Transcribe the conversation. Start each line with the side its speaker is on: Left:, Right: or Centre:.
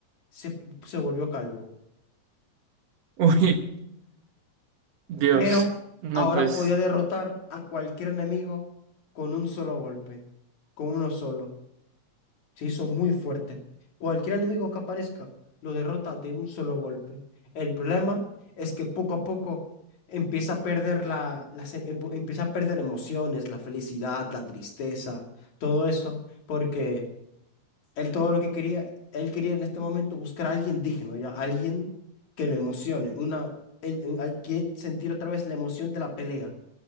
Left: se, se volvió calvo.
Right: <laughs> Uy, Dios.
Left: Pero
Right: No,
Left: ahora
Right: pues,
Left: podía derrotar a cualquier enemigo con un solo golpe, con uno solo. Se hizo muy fuerte. Cualquier enemigo que aparezca lo derrota de un solo golpe. El problema es que poco a poco empieza a perder la, las em- empo- empieza a perder emociones, la felicidad, la tristeza, todo eso, porque él todo lo que quería, él quería en este momento buscar a alguien digno, ya alguien que lo emocione, una, él, él- él quiere sentir otra vez la emoción de la pelea,